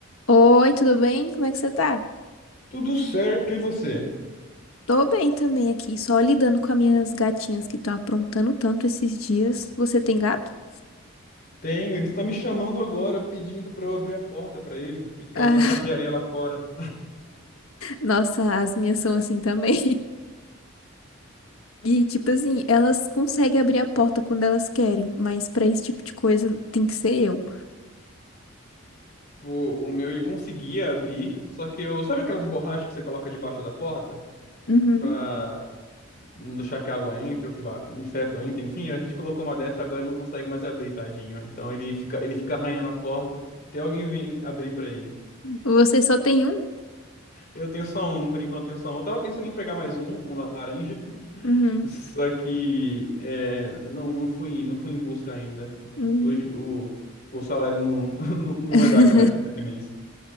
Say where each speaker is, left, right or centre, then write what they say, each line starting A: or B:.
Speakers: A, on the left; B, on the left.
A: Oi, tudo bem? Como é que você tá?
B: Tudo certo, e você?
A: Tô bem também aqui, só lidando com as minhas gatinhas que estão aprontando tanto esses dias. Você tem gato? <laughs>
B: Tenho, ele está me chamando agora, pedindo para eu abrir a porta para ele, que ele quer
A: Ah,
B: usar a caixa de areia lá fora.
A: nossa, as minhas são assim também. <laughs> E tipo assim, elas conseguem abrir a porta quando elas querem, mas pra esse tipo de coisa tem que ser eu.
B: Pô, o meu ele conseguia abrir, só que eu, sabe aquelas borrachas que você coloca debaixo da porta
A: Uhum.
B: pra não deixar que a água entre ou que ba- inseto entre, enfim, a gente colocou uma dessa, agora ele não consegue mais abrir, tadinho. Então ele fica, ele fica arranhando a porta até alguém vir abrir para ele.
A: Você só tem um?
B: Eu tenho só um, por enquanto eu tenho só um. Eu tava pensando em pegar mais um, um laranja.
A: Uhum.
B: Só que é, não, não fui, não fui em busca ainda.
A: Uhum.
B: Hoje o, o salário não, <laughs> não, não
A: <laughs>
B: vai dar aquela ajuda esse mês